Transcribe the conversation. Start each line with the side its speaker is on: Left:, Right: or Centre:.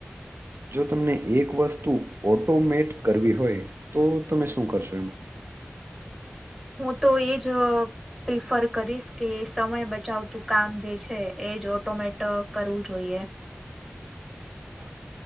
Right: જો તમને એક વસ્તુ ઓટોમેટ કરવી હોય તો તમે શું કરશો?
Centre: હું તો એજ પ્રિફર કરીશ કે સમય બચાવતું કામ જે છે એ જ ઓટોમેટ કરવું જોઈએ.
Right: હા